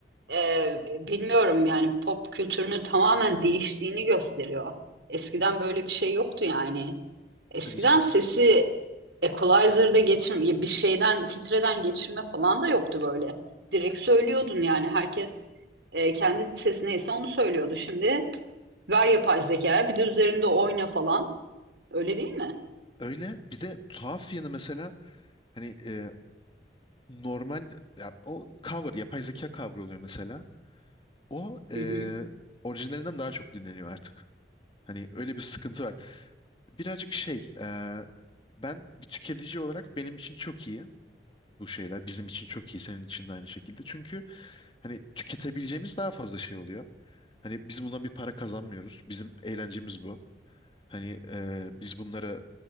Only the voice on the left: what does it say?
Tabii canım.
Öyle. Bir de tuhaf yanı mesela Hani e, normal ya o cover yapay zeka cover oluyor mesela. O e,
orijinalinden daha çok dinleniyor artık. Hani öyle bir sıkıntı var. Birazcık şey e, ben bir tüketici olarak benim için çok iyi bu şeyler. Bizim için çok iyi senin için de aynı şekilde. Çünkü hani tüketebileceğimiz daha fazla şey oluyor. Hani biz bundan bir para kazanmıyoruz. Bizim eğlencemiz bu. Hani e, biz bunları